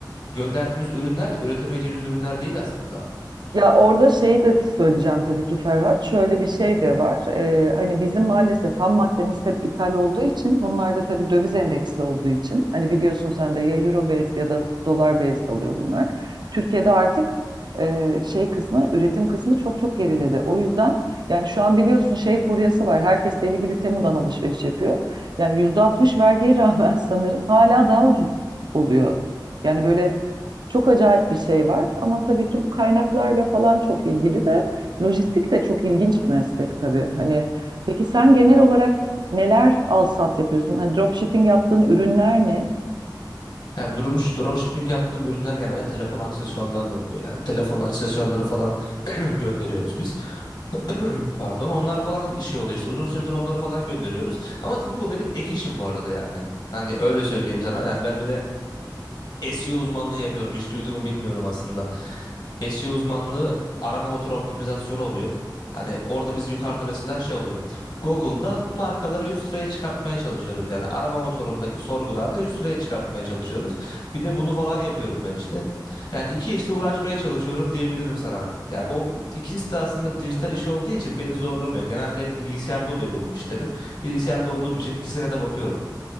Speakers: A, on the left (about 65°); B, on the right (about 70°).
A: gönderdiğimiz ürünler de üretemeyeceğimiz ürünler değil aslında.
B: Ya orada şey de söyleyeceğim tabii ki Ferhat. Şöyle bir şey de var. Ee, hani bizim maalesef ham maddemiz hep ithal olduğu için bunlar da tabii döviz endeksli olduğu için. Hani biliyorsun sen de ya euro based ya da dolar based oluyor bunlar. Türkiye'de artık e, şey kısmı üretim kısmı çok çok geriledi. O yüzden yani şu an biliyorsun şey furyası var. Herkes deli gibi Temu'dan alışveriş yapıyor. Yani %60 vergiye rağmen <laughs> sanırım hala daha ucuz oluyor. Yani böyle çok acayip bir şey var ama tabii ki bu kaynaklarla falan çok ilgili de lojistik de çok ilginç bir meslek tabii. Hani peki sen genel olarak neler alsat yapıyorsun? Hani dropshipping yaptığın ürünler ne?
A: Ya durmuş dropshipping yaptığım ürünler genelde telefon aksesuarları oluyor. Yani telefon aksesuarları falan <clears throat> gönderiyoruz biz. <clears throat> Pardon. Onlar falan şey oluyor işte. Uzun süredir onları falan gönderiyoruz. Ama tabii bu benim ek işim bu arada yani. Hani öyle söyleyeyim sana. Yani ben bir de SEO uzmanlığı yapıyorum. Hiç duyduğumu bilmiyorum aslında. SEO uzmanlığı arama motor optimizasyonu oluyor. Hani orada biz yukarıda mesela şey oluyor. Google'da markaları üst sıraya çıkartmaya çalışıyoruz. Yani arama motorundaki sorgularda üst sıraya çıkartmaya çalışıyoruz. Bir de bunu falan yapıyorum ben işte. Yani iki işle uğraşmaya çalışıyorum diyebilirim sana. Yani o ikisi de aslında dijital iş olduğu için beni zorlamıyor. Genelde hep bilgisayarda oluyor benim işlerim. Bilgisayarda olduğum için ikisine de bakıyorum.